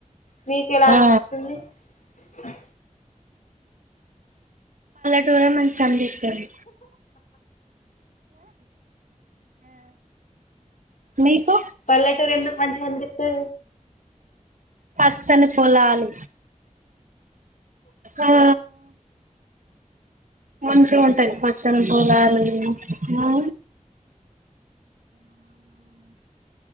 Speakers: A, on the left; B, on the right.
A: మీక ఎలా అనిపిస్తుంది
B: ఆ
A: అ
B: టూర్నమెంట్స్ అందిస్తంది మీకు
A: పల్లటూరు ఎందు మంచిషాంటతే
B: పసనే పోలే ఆలు ఆ మంచి ఉంటది పచ్చని పొలాలు ఆ